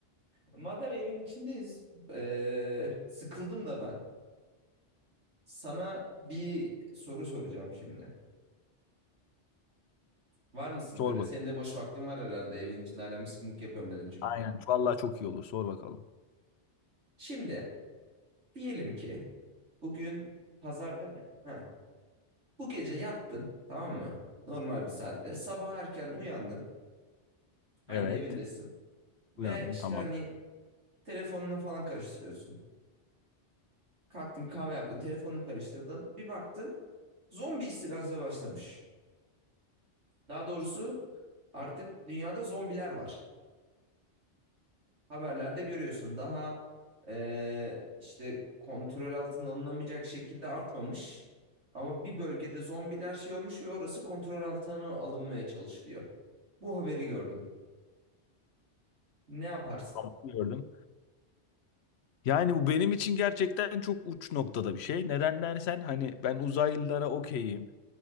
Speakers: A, on the right; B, on the left.
A: Madem evin içindeyiz, e, sıkıldım da ben. Sana bir soru soracağım şimdi. Var mısın
B: Sor
A: böyle?
B: bakalım.
A: Senin de boş vaktin var herhalde evin içinde hala mıskınlık yapıyorum dedin çünkü.
B: Aynen. Vallahi çok iyi olur. Sor bakalım.
A: Şimdi diyelim ki bugün pazar değil mi? Ha. Bu gece yattın tamam mı? Normal bir saatte. Sabah erken uyandın. Aynı
B: Evet.
A: evindesin. Ve
B: Uyandım.
A: işte
B: Tamam.
A: hani telefonuna falan karıştırıyorsun. Kalktın kahve yaptın, telefonunu karıştırdın. Bir baktın zombi istilası başlamış. Daha doğrusu artık dünyada zombiler var. Haberlerde görüyorsun. Daha eee, işte kontrol altına alınamayacak şekilde artmamış. Ama bir bölgede zombiler şey olmuş ve orası kontrol altına alınmaya çalışılıyor. Bu haberi gördüm. Ne yaparsın?
B: Tamam. Gördüm. Yani bu benim için gerçekten çok uç noktada bir şey. Neden dersen hani ben uzaylılara okeyim.